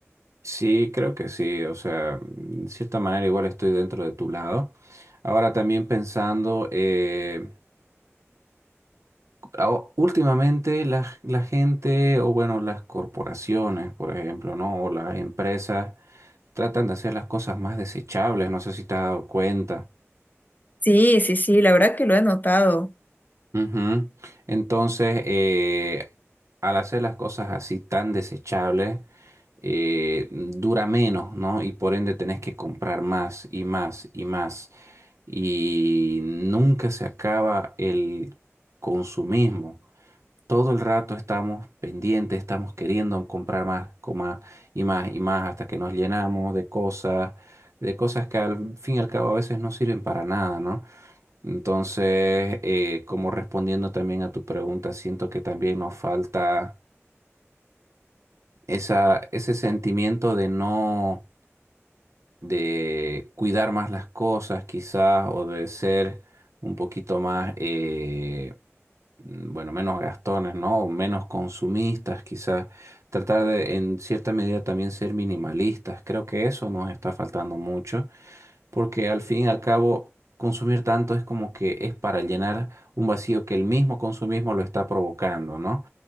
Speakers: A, on the right (about 75°); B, on the left (about 35°).
A: Sí, creo que sí, o sea, de cierta manera igual estoy dentro de tu lado. Ahora también pensando, eh, ao- últimamente la, la gente, o bueno, las corporaciones, por ejemplo, ¿no? O las empresas tratan de hacer las cosas más desechables, no sé si te has dado cuenta.
B: Sí, sí, sí, la verdad que lo he notado.
A: Ujú. Entonces, eh, al hacer las cosas así tan desechables, eh, dura menos, ¿no? Y por ende tenés que comprar más y más y más. Y nunca se acaba el consumismo. Todo el rato estamos pendientes, estamos queriendo comprar más, co- más y más y más hasta que nos llenamos de cosas, de cosas que al fin y al cabo a veces no sirven para nada, ¿no? Entonces, eh, como respondiendo también a tu pregunta, siento que también nos falta esa, ese sentimiento de no, de cuidar más las cosas quizás o de ser un poquito más, eh, mm, bueno, menos gastones, ¿no? O menos consumistas, quizás. Tratar de, en cierta medida, también ser minimalistas. Creo que eso nos está faltando mucho, porque al fin y al cabo, consumir tanto es como que es para llenar un vacío que el mismo consumismo lo está provocando, ¿no?